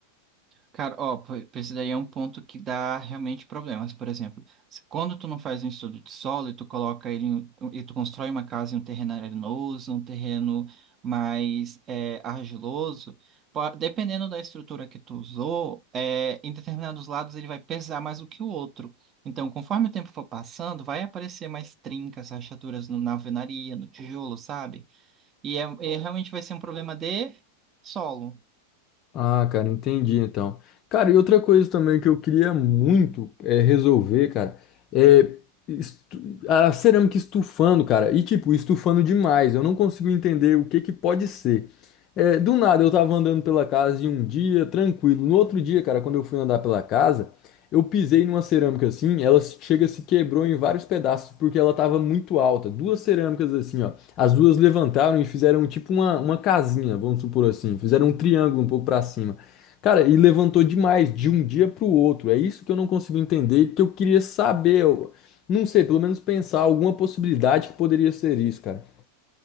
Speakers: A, on the right; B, on the left.
A: Cara, ó, pô, esse daí é um ponto que dá realmente problemas. Por exemplo, se- quando tu não faz um estudo de solo e tu coloca ele em- um, e tu constrói uma casa em um terreno arenoso, um terreno mais é, argiloso, po- dependendo da estrutura que tu usou, é, em determinados lados ele vai pesar mais do que o outro. Então, conforme o tempo for passando, vai aparecer mais trincas, rachaduras no- na alvenaria, no tijolo, sabe? E, é, e realmente vai ser um problema de solo.
B: Ah, cara, entendi então. Cara, e outra coisa também que eu queria muito é resolver, cara, é estu- a cerâmica estufando, cara, e tipo, estufando demais. Eu não consigo entender o que que pode ser. É, do nada eu tava andando pela casa em um dia, tranquilo. No outro dia, cara, quando eu fui andar pela casa, eu pisei numa cerâmica assim, ela se- chega se quebrou em vários pedaços porque ela tava muito alta. Duas cerâmicas assim, ó. As duas levantaram e fizeram tipo uma, uma casinha, vamos supor assim. Fizeram um triângulo um pouco pra cima. Cara, e levantou demais de um dia pro outro. É isso que eu não consigo entender, e que eu queria saber. Eu não sei, pelo menos pensar alguma possibilidade que poderia ser isso, cara.